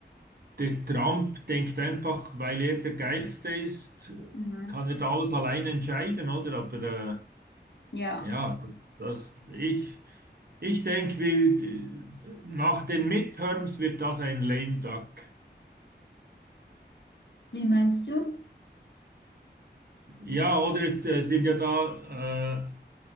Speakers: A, on the right; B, on the left.
A: Der Trump denkt einfach, weil er der Geilste ist,
B: Mhm.
A: kann er da alles alleine entscheiden, oder? Aber
B: Ja,
A: äh, ja, das, ich, ich denke, wir- nach den Midterms wird das ein lame duck.
B: wie meinst du?
A: Ja, oder jetzt äh, sind ja da äh,